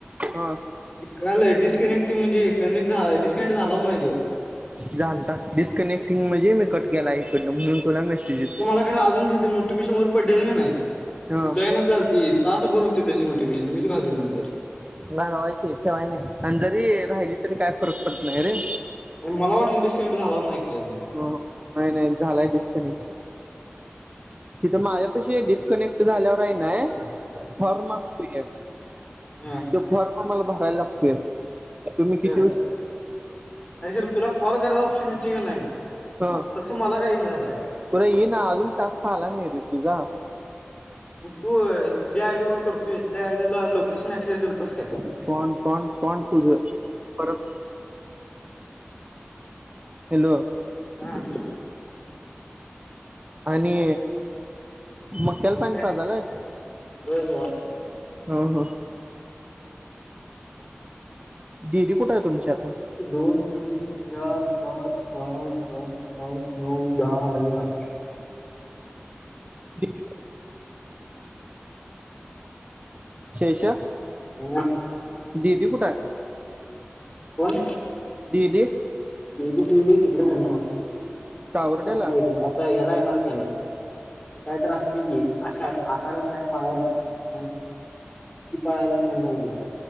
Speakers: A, on the right; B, on the left.
A: हा.
B: ते काल डिस्कनेक्टिव म्हणजे कनेक्ट झाला डिस्कनेक्ट झालाच नाही तो.
A: झालता डिस्कनेक्टिंग म्हणजे मी कट केला इकडनं म्हणून. तुला मेसेज येतोय
B: <unintelligible> मला खर अजून तिथून नोटिफेशन वर पडले की नाही ती
A: हा
B: जाईना झालती तासभर होती तशी नोटिफेशन मीच घालवली नंतर.
A: घालवायची ठेवाय नाही आणि जरी राहिली तरी काय फरक पडत नाही रे.
B: आणि मला वाटलं डिस्कनेक्ट झालाच नाही पाहिजे.
A: हो नाही नाही झालाय डिस्कनेक्ट. तिथं माझ्या पशी डिस्कनेक्ट झाल्यावर आहे ना हॉर्न वाजतोया.
B: हम्म.
A: फॉर्म आम्हाला भरायला लागतोय तुम्ही
B: हं
A: किती <unintelligible>
B: अरे खरं तुला <unintelligible> नाही
A: ह
B: तस मला काही झालंय.
A: तुला येई ना अजून टास्क झाला नाही रे तुझा.
B: तू ज्या आयडीवरून करतोयस त्या आयडी ला लोकेशन अक्सेस दिलता काय?
A: पंड पांड पूझ परत हॅलो.
B: हा.
A: आणि मक्याला पाणी
B: काय?
A: पहायलयेस?
B: होय बाबा.
A: हो हो दिीदी कुठे आहे तुमच्या आता
B: दो तीन चार पाच पाच पाच पाच नऊ दहा वा
A: दिदी शेष
B: ह
A: ददी कुठय
B: कोण
A: ददी
B: गेली गेली तिकडे जाणारकडे
A: सावर्ड्याला
B: ह्याला येणार कनी कायत असते की आा आकाड काय पाळायला हम ती पाळायला निणारगी